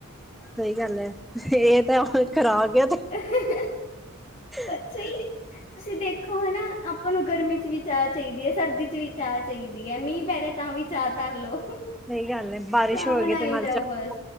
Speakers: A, in the centre; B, on the left.
A: ਸਈ ਗੱਲ ਐ, ਏ ਤਾਂ ਖੁਰਾਕ ਤੇ
B: <unintelligible> ਪਰ
A: <unintelligible>
B: ਸਹੀ ਤੁਸੀਂ ਦੇਖੋ ਹੈਨਾ! ਆਪਾਂ ਨੂੰ ਗਰਮੀ 'ਚ ਵੀ ਚਾ ਚਾਈਦੀ ਐ ਸਰਦੀ 'ਚ ਵੀ ਚਾ ਚਾਈਦੀ ਐ ਮੀਂਹ ਪੈ ਰੇਆ ਤਾਂ ਵੀ ਚਾਹ ਧਰ ਲੋ।
A: ਸਈ ਗੱਲ ਐ, ਬਾਰਿਸ਼
B: ਚਾਹ
A: ਹੋਗੀ
B: ਬਣਾਈ
A: ਏ ਤਾਂ ਨਾਲ
B: ਜਾਓ
A: ਚਾਹ
B: ਬਸ